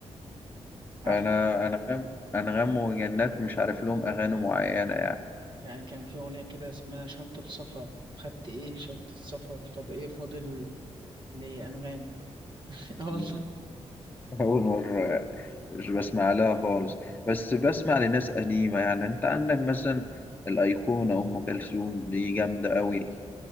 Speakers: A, on the right; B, on the left.
A: عارف
B: أنا أنغام أنغام وجنات مش عارف لهم أغاني معينة
A: يعني كان في أغنية كده اسمها شنطة سفر خدت إيه شنطة سفر طب إيه فاضل لي لأنغام <laughs> آه
B: يعني
A: والله
B: أول مرة يعني، مش بسمع لها خالص بس بسمع لناس قديمة يعني أنت عندك مثلا الأيقونة أم كلثوم دي جامدة أوي